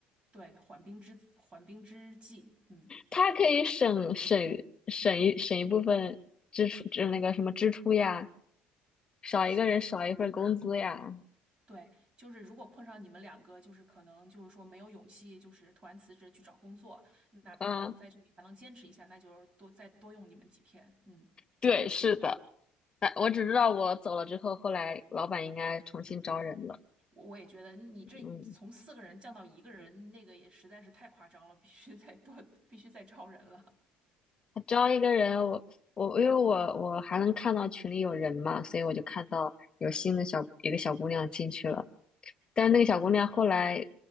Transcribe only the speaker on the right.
对，缓兵之缓兵之计，嗯，
是的，对，就是如果碰上你们两个，就是可能就是说没有勇气，就是突然辞职去找工作，那可能在这里还能坚持一下，
那就是多再多用你们几天，嗯。
我我也觉得你这从四个人降到一个人，
那个也实在是太夸张了，必须再多，必须再招人了